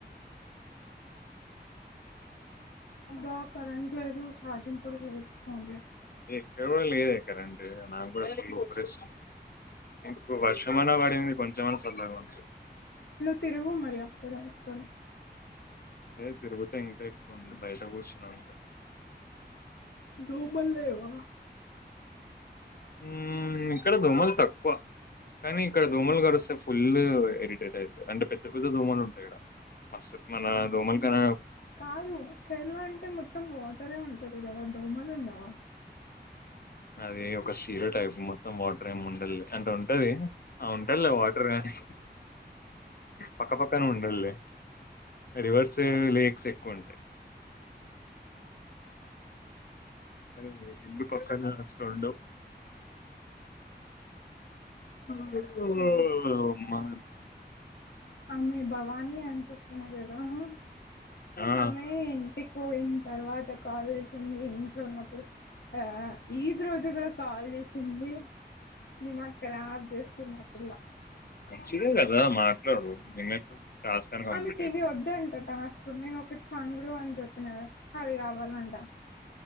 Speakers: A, on the left (about 75°); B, on the left (about 60°).
A: అబ్బా కరెంట్ లేదు ఛార్జింగ్ కూడా లేదు ఫోన్ లో
B: ఇక్కడ గూడా లేదే కరెంట్ నా గూడా ఫుల్లు ఉభరిస్తుంది మీకు వర్షమాన వాడింది కొంచం మన్నా చల్లగూన్
A: నువ్ తిరుగు మరి అక్కడ అక్కడ
B: ఏ తిరుగుతే ఇంకా ఎక్కువ ఉంది బయట కూర్చున్న అంత
A: దోమలు లేవా
B: ఉమ్ ఇక్కడ దోమలు తక్కువ కానీ ఇక్కడ దోమలు కరుస్తే ఫుల్ ఎరిటేట్ అయితది అంటే పెద్ద పెద్ద దోమలు ఉంటాయి ఇడ అసల్ మన దోమల్ కనే
A: కాదు కేరళ అంటే మొత్తం వాటరే ఉంటది గదా దోమలు ఉండవా
B: అది ఒక సీరో టైప్ మొత్తం వాటర్ ఏం ఉండాద్లే అంటే ఉంటది ఆ ఉంటద్లే వాటర్ గాని పక్క పక్కనే ఉండదలే రివర్స్ లేక్స్ ఎక్కువుంటాయి అరే ఇళ్లు పక్కనే కష్టం ఉండలెవ్ హ
A: సరే
B: మ
A: ఆమె భవానీ అన్ చెప్పిన గదా హ
B: ఆ
A: ఆమె ఇంటికి పోయిన తర్వాత కాల్ జేసింది ఇంట్లో ఉన్నప్పుడు ఆ ఈద్ రోజుగా కాల్ జేసింది ధీమాక్ ఖరాబ్ జేస్తుందా పిల్ల
B: మంచిదే గదా మాట్లాడు నిన్నటి టాస్క్ అని కంప్లీట్
A: ఆమెకి
B: అవుతుంది
A: ఇవి వద్దంట టాస్క్ నేను ఒకటి ఫంగరు అని జేప్పిన గదా అది కావాలంట